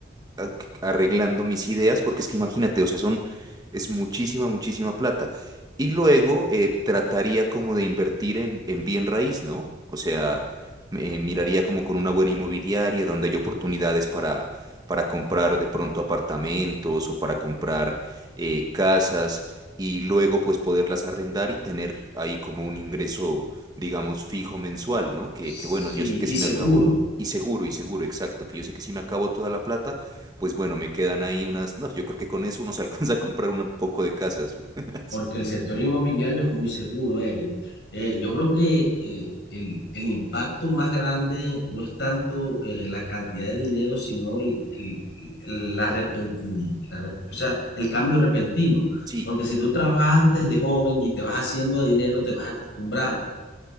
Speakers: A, on the right; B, on the left.
A: a- arreglando mis ideas, porque es que imagínate, o sea, son, es muchísima, muchísima plata. Y luego eh, trataría como de invertir en, en bien raíz, ¿no? O sea, me- miraría como con una buena inmobiliaria donde hay oportunidades para, para comprar de pronto apartamentos o para comprar eh, casas y luego pues poderlas arrendar y tener ahí como un ingreso, digamos, fijo mensual, ¿no? Que,
B: Sí,
A: que bueno, yo sé que si
B: y seguro.
A: me acabo, y seguro, y seguro, exacto, que yo sé que si me acabo toda la plata, pues bueno, me quedan ahí unas, no, yo creo que con eso uno se <laughs> alcanza a comprar un poco de casas. <laughs>
B: porque el sector inmobiliario es muy seguro, Eric. Eh, yo creo que eh, el, el impacto más grande no es tanto eh, la cantidad de dinero, sino el, el- el- la repenti- la rep- o sea, el cambio repentino.
A: Sí,
B: Porque si tú trabajas desde joven y te vas haciendo de dinero, te vas acostumbrando.